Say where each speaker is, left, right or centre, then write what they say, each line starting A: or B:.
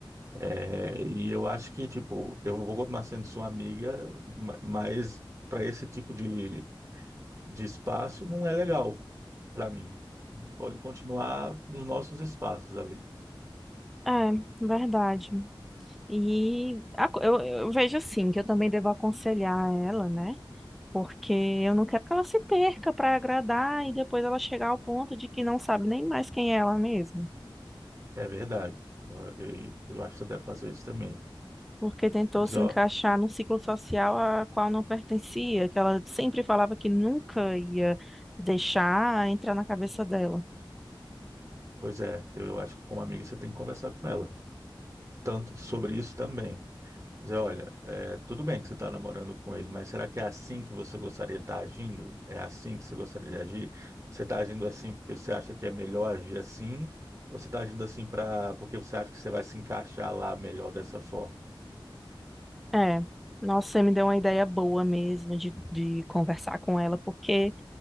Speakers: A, on the right; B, in the centre.
A: É, e eu acho que, tipo, eu vou continuar sendo sua amiga, ma- mas para esse tipo de, de espaço não é legal para mim. Pode continuar nos nossos espaços ali.
B: É, verdade. E a co- eu, eu vejo assim, que eu também devo aconselhar ela, né? Porque eu não quero que ela se perca para agradar e depois ela chegar ao ponto de que não sabe nem mais quem é ela mesma.
A: É verdade. Eu, eu, eu acho que você deve fazer isso também.
B: porque tentou
A: Dizer,
B: se encaixar
A: ó,
B: num ciclo social a qual não pertencia, que ela sempre falava que nunca ia deixar entrar na cabeça dela.
A: pois é, eu acho que como amiga você tem que conversar com ela. Tanto sobre isso também. Dizer, olha, é, tudo bem que você está namorando com ele, mas será que é assim que você gostaria de estar agindo? É assim que você gostaria de agir? Você está agindo assim porque você acha que é melhor agir assim? Ou você está agindo assim pra, porque você acha que você vai se encaixar lá melhor dessa forma?
B: É, nossa, você me deu uma ideia boa mesmo de, de conversar com ela, porque